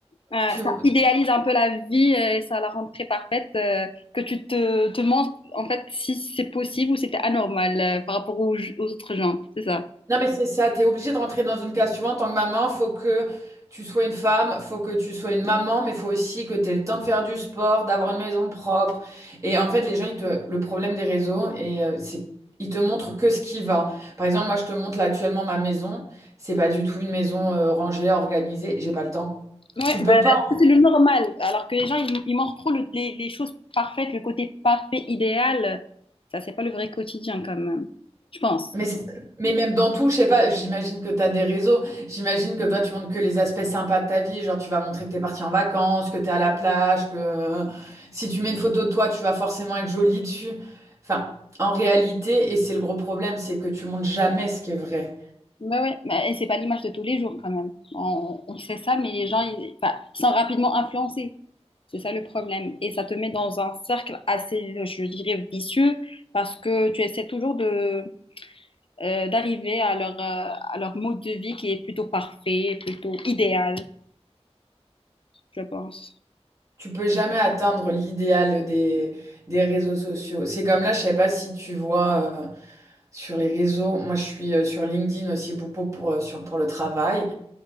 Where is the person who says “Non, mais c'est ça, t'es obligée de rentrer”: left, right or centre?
Right